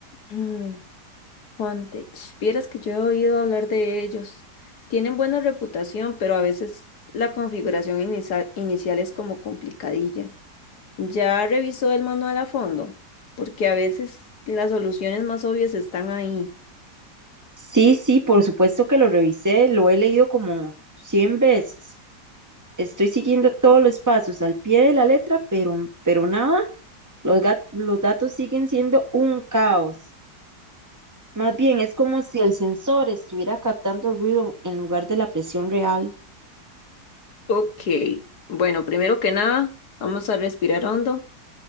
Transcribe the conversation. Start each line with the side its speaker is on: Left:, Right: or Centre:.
Left: Mm. Fondage. Vieras que yo he oído hablar de ellos. Tienen buena reputación, pero a veces la configuración inisa- inicial es como complicadilla. ¿Ya revisó el manual a fondo? Porque a veces las soluciones más obvias están ahí.
Right: Sí, sí, por supuesto que lo revisé, lo he leído como 100 veces. Estoy siguiendo todos los pasos al pie de la letra, pero, pero nada, los, ga- los datos siguen siendo un caos. Más bien, es como si el sensor estuviera captando ruido en lugar de la presión real.
Left: Ok. Bueno, primero que nada, vamos a respirar hondo.